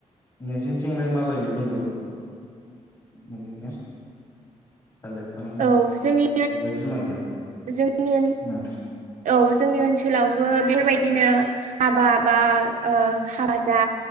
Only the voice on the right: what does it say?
औ जोंनि
जोंनि
औ जोंनि ओनसोलावबो बेबायदिनो हाबा बा ओ हाबा जा